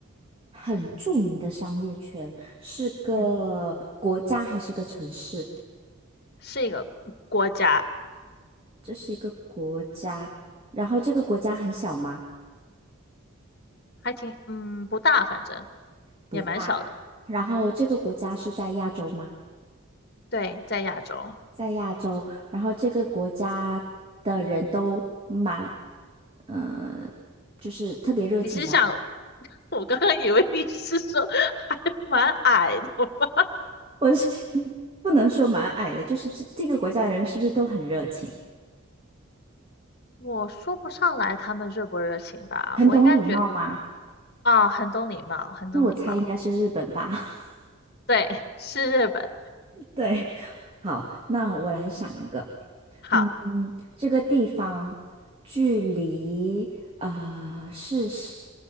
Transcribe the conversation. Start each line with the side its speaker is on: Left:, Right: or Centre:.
Right: 很著名的商业圈，是个国家还是个城市？
Left: 嗯，是一个国家，
Right: 这是一个国家，然后这个国家很小吗？
Left: 还挺，嗯，不大，反正
Right: 不大。
Left: 也蛮小的。
Right: 然后这个国家是在亚洲吗？
Left: 对，在亚洲。
Right: 在亚洲，然后这个国家的人都蛮嗯、呃就是特别热情吗？
Left: 你是想，<laughs> 我刚刚以为你是说还 <laughs> 蛮矮的吗？
Right: 我是 <laughs> 不能说蛮矮的，就是这这个国家的人是不是都很热情，
Left: <laughs> 我说不上来他们热不热情吧，
Right: 很懂礼貌吗？
Left: 我应该觉啊，很懂礼貌，很懂礼貌。
Right: 那我猜应该是日本吧。<laughs>
Left: 对，是日本。
Right: 对，好，那我来想一个，
Left: 好，
Right: 嗯，这个地方距离啊呃是是